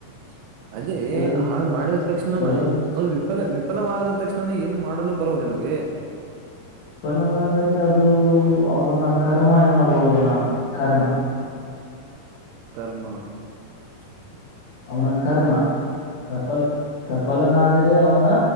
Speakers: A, on the right (about 80°); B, on the left (about 60°).
A: ಚು ಅದೇ
B: ಕೆಲವೊಂದು
A: ಹಾಗ ಮಾಡಿದ ತಕ್ಷಣನ
B: ಕೆಲವು
A: ಅದು ವಿಫಲ ವಿ ವಿಫಲವಾದ ತಕ್ಷಣನ ಏನು ಮಾಡಲು ಬರವುದಿಲ್ಲವೇ
B: ವಿಫಲವಾದರೆ ಅದುಉ ಅವನ ಕರ್ಮ ಎನ್ನಬೋಹುದು ನಾನು ಕರ್ಮ
A: ರ್ಮ ಚಿವ್ ಚಿವ್
B: ಅವನ ಕರ್ಮ ಸಫಲ್ ಸಫಲನಾದರೆ ಅವನ